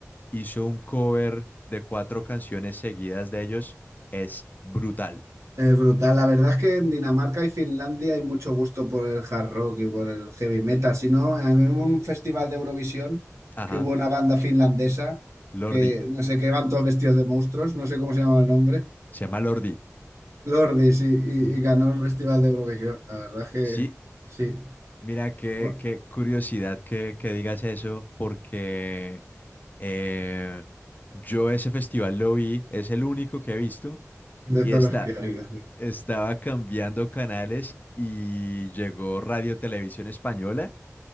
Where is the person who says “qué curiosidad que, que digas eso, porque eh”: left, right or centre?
Left